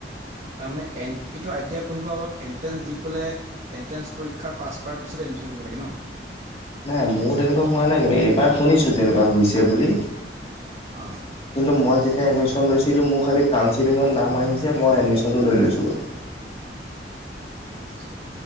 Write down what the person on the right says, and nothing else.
তাৰমানে এন এইটো আই টি আই পঢ়িবৰ আগত এণ্ট্ৰেঞ্চ দি পেলাই এণ্ট্ৰেঞ্চ পৰীক্ষা পাছ কৰাৰ পিছতহে এডমিশ্যন কৰিব লাগে ন।
অ,
আচ্ছা